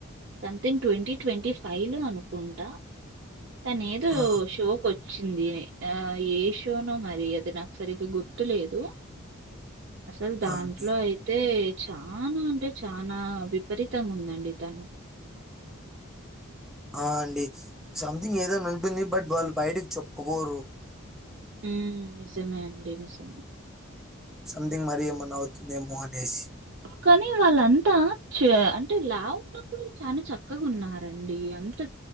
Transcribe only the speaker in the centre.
ఆ!
ఆ! అండి.
ఆ అండి సంథింగ్ ఏదైనా ఉంటుంది బట్ వాళ్ళు బయటకి చెప్పుకోరు
సథింగ్ మరే మ్ వుతుఉందేమో అనేసి